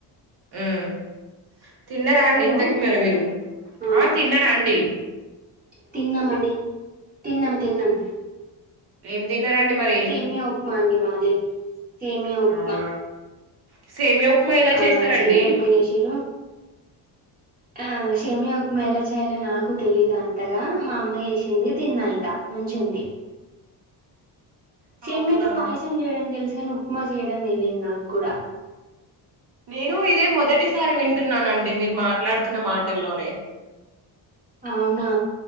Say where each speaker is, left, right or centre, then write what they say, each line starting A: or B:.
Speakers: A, on the right; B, on the right.
A: ఉమ్ తిన్నరాండి
B: హలో
A: ఇంతకి మరి మీరు
B: ఆ
A: ఆహ్ తిన్నరాండి
B: తిన్నాం ఆండీ తిన్నం తిన్నం
A: ఏం తిన్నరండి మరి
B: సేమియా ఉక్మ అండి మాది సేమియా ఉక్మ
A: అవునా సేమియా ఉప్మా ఎలా
B: ఆ
A: చేస్తారండి
B: సేమ్యా ఉక్మ జెషిర్రు ఆ షేమ్య ఉక్మ ఎలా చేయాలో నాకు తెలీదు అంతగా మా అమ్మా ఏషింది తిన్నాయిగ మంచి చెంది సేమ్యతో
A: అవునా
B: పాయసం జేయడం తెలుసు గని ఉక్మ జేయడం తెలిదు నాక్ కుడా
A: నేను ఇదే మొదటిసారి వింటున్నానండి మీరు మాట్లాడుతున్న మాటల్లోనే
B: ఔనా